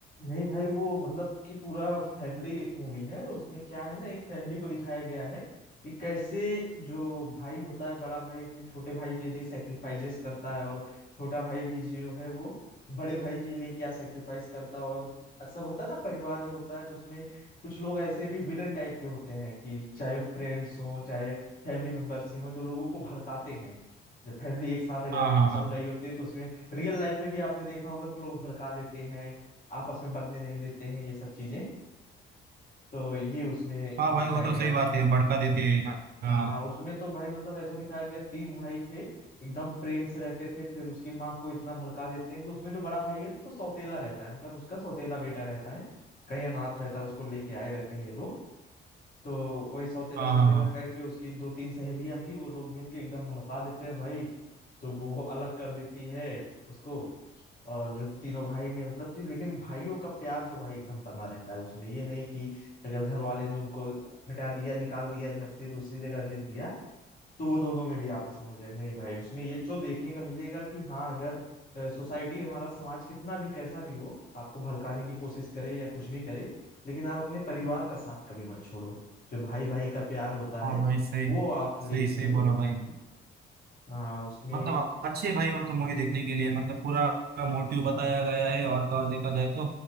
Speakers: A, on the left; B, on the right.
A: नहीं भाई वो मतलब कि पूरा फैमिली मूवी है उसमें क्या है ना एक फैमिली को दिखाया गया है कि कैसे जो भाई होता है बड़ा भाई अपने छोटे भाई के लिए सेक्रीफाइसेस करता है और छोटा भाई भी जो है वो बड़े भाई के लिए क्या सेक्रीफाइस करता है और अक्सर होता है ना परिवार जो होता है तो उसमें कुछ लोग ऐसे भी विलन टाइप के होते हैं कि चाहे फ्रेंड्स हों चाहे फैमिली मेंबर्स ही हों जो लोगों को भड़काते हैं जब फैमिली एक साथ अगर
B: हाँ हाँ
A: चल
B: हाँ
A: रही होती है तो उसमें रियल लाइफ में भी आपने देखा होगा कि लोग भड़का देते हैं आपस में बनने नहीं देते हैं ये सब चीजें तो ये उसमें
B: हाँ
A: दिखाया
B: भाई वो तो
A: गया
B: सही
A: है
B: बात है भड़का देते हैं हाँ हाँ
A: हाँ उसमें तो भाई मतलब ऐसा दिखाया गया तीन भाई थे एकदम प्रेम से रहते थे फिर उसकी माँ को इतना भड़का देते हैं कि उसमें जो बड़ा भाई है वो सौतेला रहता है मतलब उसका सौतेला बेटा रहता है कहीं अनाथ रहता है उसको लेके आए रहते हैं ये लोग तो वही सौतेला
B: हाँ
A: सौतेला
B: हाँ
A: कह के उसकी दो तीन सहेलियां थी वो लोग मिलके एकदम भड़का देते हैं भाई तो वो अलग कर देती है उसको और जो तीनों भाई में मतलब कि लेकिन भाइयों का प्यार तो भाई एकदम बना रहता है उसमें ये नहीं कि अगर घर वाले ने उनको हटा दिया निकाल दिया घर से दूसरी जगह भेज दिया तो वो दोनों में भी आपस में हो जाए नहीं भाई उसमें ये जो देखने का मिलेगा कि हाँ अगर सोसाइटी हमारा समाज कितना भी कैसा भी हो आपको भड़काने की कोशिश करे या कुछ भी करे लेकिन आप अपने परिवार का साथ कभी मत छोड़ो जो भाई भाई का प्यार होता है
B: हाँ भाई सही
A: वो आप
B: सही
A: लेके
B: सही
A: चलो
B: बोला भाई
A: हाँ उसमें
B: मतलब अच्छे भाई वो तो मूवी देखने के लिए मतलब पूरा मोटिव बताया गया है और तो और देखा जाए तो